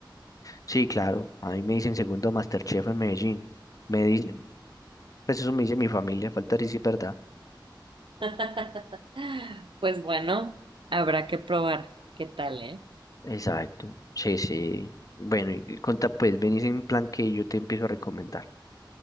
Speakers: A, on the left; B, on the right.
A: Sí, claro. A mí me dicen segundo MasterChef en Medellín. Me dicen. Pues eso me dice mi familia, falta decir si es verdad.
B: <laughs> Pues bueno, habrá que probar. ¿Qué tal, eh?
A: Exacto. Sí, sí. Bueno, y conta pues, venís en plan que yo te empiezo a recomendar.